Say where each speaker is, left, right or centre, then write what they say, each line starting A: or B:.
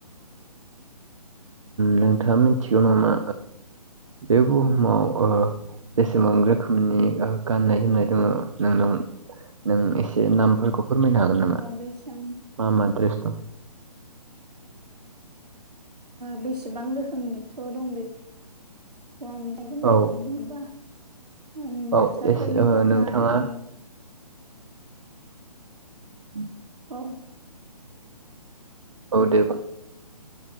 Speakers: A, on the right; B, on the right.
A: नोंथाङा मिथिगौ नामा बे बुहुमाव बेसेबां रोखोमनि गाननाय जोमनाय दङ नोंनाव नों एसे नामफोरखौ फोरमायनो हागोन नामा
B: माव बेसेबां
A: मा मा दड्रेस दं
B: बेसेबां रोखोमनिथ' दं बेखौ आं मिथि गनाय
A: औ
B: जोमनाय दं मोनबा हिनजावसाफोरनि
A: औ एसे ओ
B: थाखाय
A: नोंथाङा उम
B: उम
A: औ दे बुं